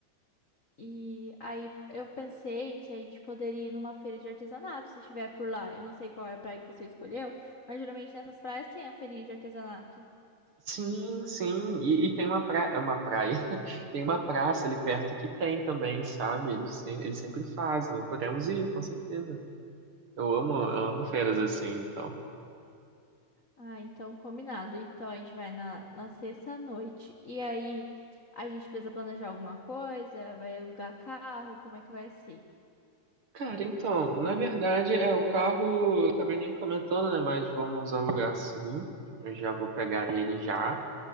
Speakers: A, on the left (about 40°); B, on the right (about 50°).
A: E aí eu pensei que a gente poderia ir numa feira de artesanato, se estiver por lá. Eu não sei qual é a praia que você escolheu, mas geralmente nessas praias tem a feirinha de artesanato.
B: Sim, sim. E, e tem uma praia, uma praia. <laughs> Tem uma praça ali perto que tem também, sabe? Eles, se- eles sempre fazem. Podemos ir, com certeza. Eu amo,
A: Nossa,
B: eu
A: eu
B: amo
A: gostei.
B: feiras assim, então.
A: Ah, então combinado. Então a gente vai na, na sexta à noite. E aí a gente precisa planejar alguma coisa, vai alugar carro, como é que vai ser?
B: Cara, então, na verdade, é o carro, eu acabei nem comentando, né? Mas vamos alugar sim. Eu já vou pegar ele já.